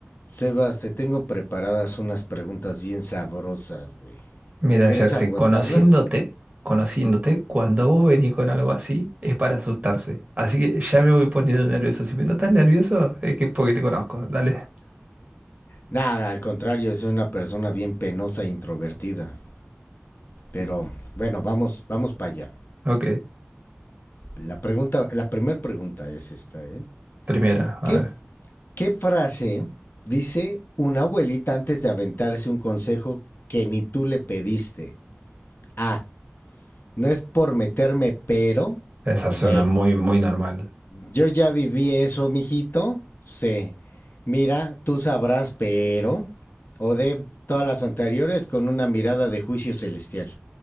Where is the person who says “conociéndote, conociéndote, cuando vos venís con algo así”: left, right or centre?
Right